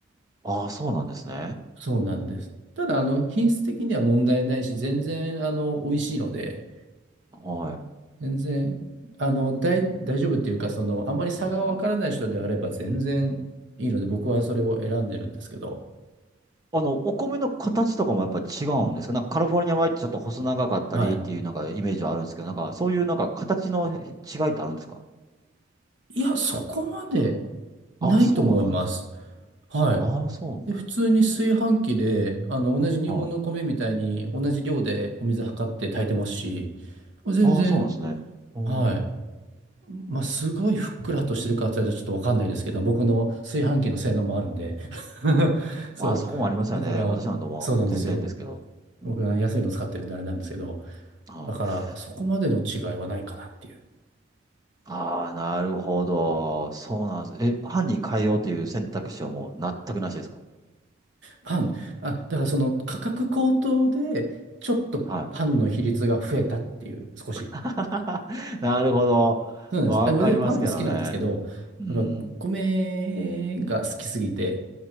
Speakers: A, on the right; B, on the right.
A: ああ、そうなんですね。
B: そうなんです。ただ、あの、品質的には問題ないし、全然、あの、美味しいので、
A: はい。
B: 全然、あの、大、大丈夫っていうか、その、あんまり差がわからない人であれば全然いいので、
A: うん
B: 僕はそれを選んでるんですけど。
A: あの、お米の形とかもやっぱ違うんですかなんかカリフォルニア米ってちょっと細長かったりっていうなんかイメージはあるんですけど、
B: うんはい。
A: なんかそういうなんか形の違いってあるんですか
B: いや、そこまで
A: ああ、
B: ないと思います。
A: そうなんです。
B: はい。
A: ああ、そうなんですね。
B: で普通に炊飯器で、あの、同じ日本の米みたいに同じ量でお水測って炊いてますし、
A: はい。
B: 全然、
A: ああ、そうなんですね。うん。
B: はい。
A: う
B: まあ、すごいふっくらとしてるかって言われたらちょっとわかんないですけど、僕の炊飯器の性能もあるんで。
A: ん
B: <laughs> そう。
A: まあ、そこもありますよね。
B: だから、
A: 私なんてもう全然ですけど。
B: そうなんですよ。
A: うん。
B: 僕は安いの使ってるんであれなんですけど、
A: はい
B: だから、そこまでの違いはないかなっていう。
A: ああ、なるほど。そうなんです。え、班に変えようという選択肢はもう全くなしですか
B: パン、あ、だからその価格高騰で、ちょっとパンの比率が増えたっていう、
A: はい。
B: 少し。
A: <laughs> なるほど。
B: そうなんです。
A: わかりますけどね。
B: あ、別にパンも好きなんですけど、
A: うん。
B: やっぱ米が好きすぎて、